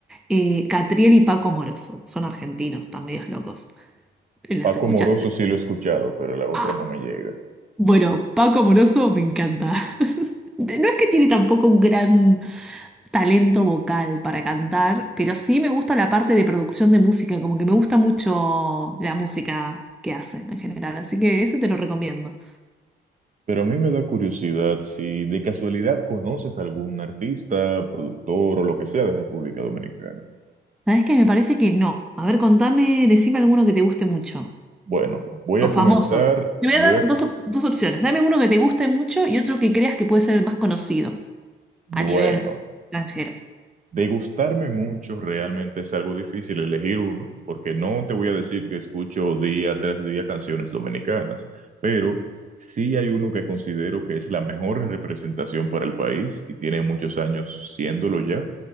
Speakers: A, in the centre; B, on the right (about 40°).
A: Eh, Catriel y Paco Moroso, son argentinos, están medios locos. ¿Las
B: Paco
A: escuchaste?
B: Moroso sí lo he escuchado, pero la otra
A: Ah,
B: no me llega.
A: bueno, Paco Moroso me encanta. <laughs> No es que tiene tampoco un gran talento vocal para cantar, pero sí me gusta la parte de producción de música, como que me gusta mucho la música que hacen en general, así que eso te lo recomiendo.
B: Pero a mí me da curiosidad si de casualidad conoces algún artista, productor o lo que sea de República Dominicana.
A: La verdad es que me parece que no. A ver, contame, decime alguno que te guste mucho,
B: Bueno, voy
A: o
B: a
A: famoso.
B: comenzar,
A: Te voy
B: voy
A: a dar
B: a,
A: dos, op- dos opciones, dame uno que te guste mucho y otro que creas que puede ser el más conocido
B: bueno,
A: a nivel extranjero.
B: degustarme mucho realmente es algo difícil elegir uno, porque no te voy a decir que escucho día tras día canciones dominicanas, pero sí hay uno que considero que es la mejor representación para el país y tiene muchos años siéndolo ya,